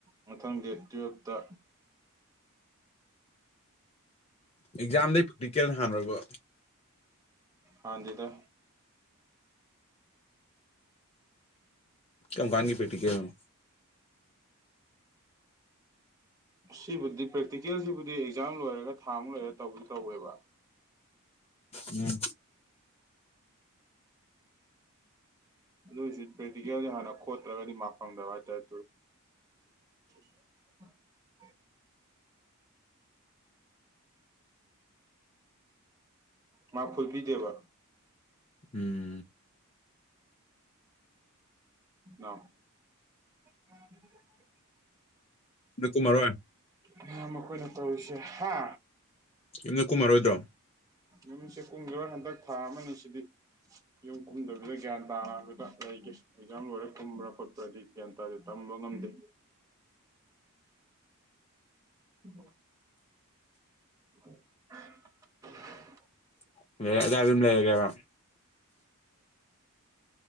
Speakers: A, on the right; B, on the left.
A: ꯃꯊꯪ ꯗꯦꯠ ꯇꯨꯌꯦꯜꯞꯇ
B: ꯑꯦꯛꯖꯥꯝꯗꯩ ꯄ꯭ꯔꯦꯛꯇꯤꯀꯦꯜꯅ ꯍꯥꯟꯕꯔꯕ
A: ꯍꯥꯟꯗꯦꯗꯥ
B: ꯀꯝ ꯀꯥꯟꯒꯤ ꯄꯔꯦꯛꯇꯤꯀꯦꯜꯅꯣ
A: ꯁꯤꯕꯨꯗꯤ ꯄ꯭ꯔꯦꯛꯇꯤꯀꯦꯜꯁꯤꯕꯨꯗꯤ ꯑꯦꯛꯖꯥꯝ ꯂꯣꯏꯔꯒ ꯊꯥ ꯃꯨꯛ ꯂꯣꯏꯔꯒ ꯇꯧꯕꯨꯗꯤ ꯇꯧꯋꯦꯕ
B: ꯎꯝ
A: ꯑꯗꯨ ꯑꯣꯢꯁꯨ ꯄꯔꯦꯛꯇꯤꯀꯦꯜꯖꯤ ꯍꯥꯟꯅ ꯈꯣꯠꯇ꯭ꯔꯒꯗꯤ ꯃꯥꯛ ꯐꯪꯗꯕ ꯍꯥꯏꯇꯥꯏ <unintelligible> ꯃꯥꯔꯛ ꯐꯨꯜ ꯄꯤꯗꯦꯕ
B: ꯎꯝ
A: ꯏꯅꯥꯎ <unintelligible>
B: <unintelligible> ꯃꯔꯣꯏ꯫
A: ꯅꯌꯝꯕ ꯑꯩꯈꯣꯏꯅ ꯇꯧꯔꯤꯁꯦ ꯍꯥ
B: ꯌꯨꯝꯗ ꯀꯨꯝꯃꯔꯣꯏꯗ꯭ꯔꯣ
A: ꯌꯨꯝꯁꯦ ꯀꯨꯝꯒꯤꯔꯣꯏ ꯍꯟꯗꯛ ꯊꯥ ꯑꯃꯅꯤ ꯑꯁꯤꯗꯤ ꯌꯨꯝ ꯀꯨꯝꯗꯕꯤꯗ ꯒ꯭ꯌꯥꯟ ꯇꯥꯅ ꯍꯥꯏꯐꯦꯠꯇ ꯂꯩꯒꯦ ꯑꯦꯛꯖꯥꯝ ꯂꯣꯏꯔ ꯀꯨꯝꯕ꯭ꯔꯥ ꯈꯣꯠꯄ꯭ꯔꯗꯤ ꯒ꯭ꯌꯥꯟ ꯇꯥꯗꯦ ꯇꯝꯕ ꯉꯝꯗꯦ <unintelligible> <unintelligible>
B: <unintelligible> ꯑꯗꯥꯏ ꯗ ꯑꯗꯨꯝ ꯂꯩꯔꯒꯦꯕ